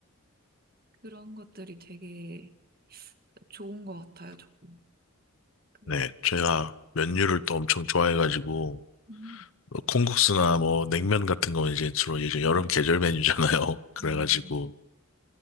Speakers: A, on the right (about 45°); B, on the left (about 70°).
A: 그런 것들이 되게 좋은 것 같아요, 저는. 그래서
B: 네, 제가 면류를 또 엄청 좋아해가지고
A: 음.
B: 뭐 콩국수나 뭐 냉면 같은 거 이제 주로 이제 여름 계절 메뉴잖아요. <laughs> 그래가지고
A: 네,